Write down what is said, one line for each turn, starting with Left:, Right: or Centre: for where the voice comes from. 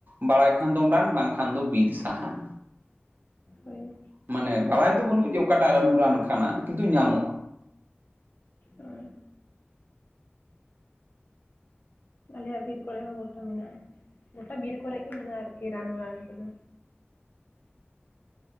Right: ᱵᱟᱲᱟᱭ ᱠᱷᱟᱱ ᱫᱚᱢ ᱨᱟᱱ, ᱵᱟᱝᱠᱷᱟᱱ ᱫᱚ ᱵᱤᱨ ᱥᱟᱦᱟᱱ
Left: ᱦᱳᱭ
Right: ᱢᱟᱱᱮ ᱵᱟᱲᱟᱭ ᱫᱚ ᱵᱟᱹᱱᱩᱜ ᱡᱮ ᱚᱠᱟᱴᱟᱜ ᱨᱟᱱᱩ ᱨᱟᱱ ᱠᱟᱱᱟ, ᱠᱤᱱᱛᱩ ᱧᱟᱢᱚᱜᱼᱟ
Left: ᱦᱳᱭ ᱟᱞᱮᱭᱟᱜ ᱵᱤᱨ ᱠᱚᱨᱮ ᱦᱚᱸ ᱜᱚᱴᱟ ᱢᱮᱱᱟᱜᱼᱟ, ᱜᱚᱴᱟ ᱵᱤᱨ ᱠᱚᱨᱮ ᱜᱮ ᱢᱮᱱᱟᱜᱼᱟ ᱟᱨᱠᱤ ᱨᱟᱱ ᱨᱟᱱ ᱠᱚᱫᱚ᱾